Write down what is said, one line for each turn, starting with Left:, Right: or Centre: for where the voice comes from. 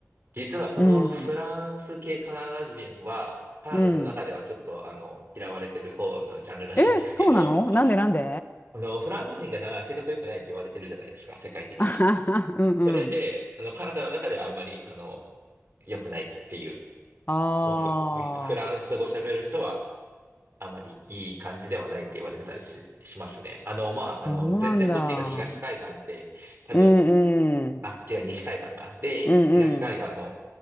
Right: 実はそのフランス系カナダ人は、
Left: うん、
Right: カナダの中ではちょっとあの、
Left: うん。
Right: 嫌われてる方のジャンルらしいんですけど、
Left: え、そうなのなんでなんで
Right: <laughs> あの、フランス人がな、性格良くないって言われてるじゃないですか、世界的に。
Left: あはは <laughs> うんうん。
Right: それで、あの、カナダの中ではあんまり、あの、良くないっていう、
Left: ああ、
Right: もうフ、フランス語喋る人は、あまりいい感じではないって言われてたりし、しますね。あの、まあ、
Left: そうなんだ。
Right: あの、全然こっちが東海岸で、多分
Left: うんうん。
Right: あ、違う、西海岸か。で、
Left: うんうん。
Right: 東海岸の